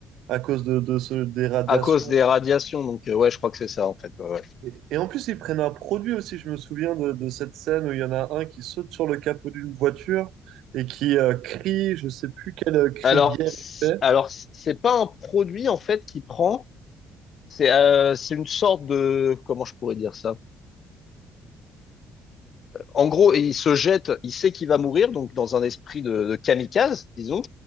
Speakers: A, on the right; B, on the left.
A: à cause de, de ce, des radiations.
B: À cause des radiations, donc euh, ouais, je crois que c'est ça, en fait. ouais, ouais.
A: Et, et en plus, ils prennent un produit aussi. Je me souviens de, de cette scène où il y en a un qui saute sur le capot d'une voiture et qui euh, crie, je sais plus quel euh, cri
B: Alors,
A: de guerre
B: c'est-
A: il fait.
B: alors c- c'est pas un produit en fait qu'il prend, c'est euh, c'est une sorte de comment je pourrais dire ça? En gros, il se jette, il sait qu'il va mourir, donc dans un esprit de, de kamikaze, disons,